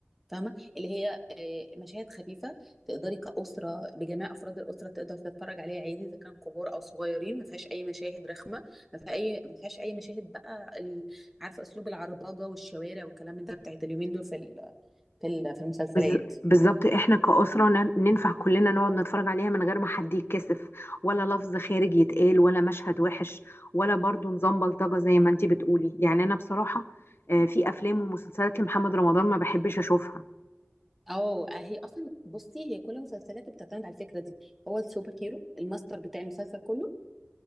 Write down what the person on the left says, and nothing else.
بز- بالظبط احنا كأسرة ن- ننفع كلنا نقعد نتفرج عليها من غير ما حد يتكسف ولا لفظ خارج يتقال ولا مشهد وحش ولا برضو نظام بلطجة زي ما انت بتقولي يعني انا بصراحة آه، في افلام ومسلسلات لمحمد رمضان ما بحبش اشوفها